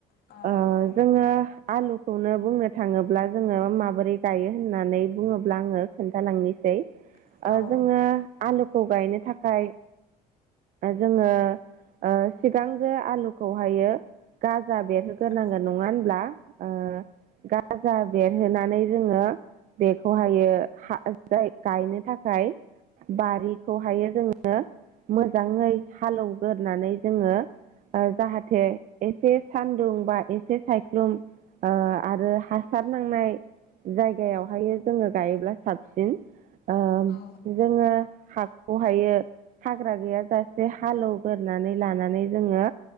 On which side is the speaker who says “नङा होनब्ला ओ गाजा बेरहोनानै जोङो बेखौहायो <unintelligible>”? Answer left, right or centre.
Right